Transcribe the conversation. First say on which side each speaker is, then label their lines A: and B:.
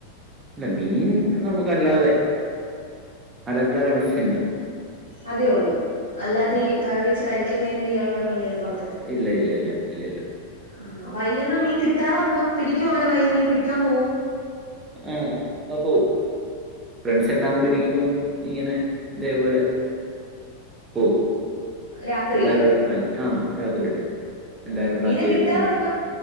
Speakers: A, on the right (about 20°); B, on the right (about 85°).
A: ഇല്ല മീൻ നമുക്കല്ലാതെ അലങ്കാര മത്സ്യങ്ങൾ
B: അതേയുള്ളൂ അല്ലാതെ
A: ഉം.
B: ഈ കറി വെച്ച് കഴിക്കാൻ വേണ്ടിയൊള്ള മീനേന്ന് വള
A: ഇല്ല ഇല്ല ഇല്ല ഇല്ല ഇല്ല
B: ആഹ് വയലിന്ന് മീൻ കിട്ടാറുണ്ടോ പിടിക്ക്യോ അങ്ങനെ വയല് മീന് പിടിക്ക്യാൻ പോവോ
A: ആഅ അത് പോവും ഫ്രണ്ട്സെല്ലാം കൂടി
B: ആഹ്
A: ഇരിക്കുമ്പം ഇങ്ങനെ ഇതേപോലെ പോവും
B: രാത്രിയില്
A: എല്ലാരൂടെ <unintelligible> ആ രാത്രില് എല്ലാരും
B: ആഹാ
A: പ്ലാൻ
B: മീനെ
A: ചെയ്തിട്ട്
B: കിട്ടാറുണ്ടോ?
A: മ്മക്ക്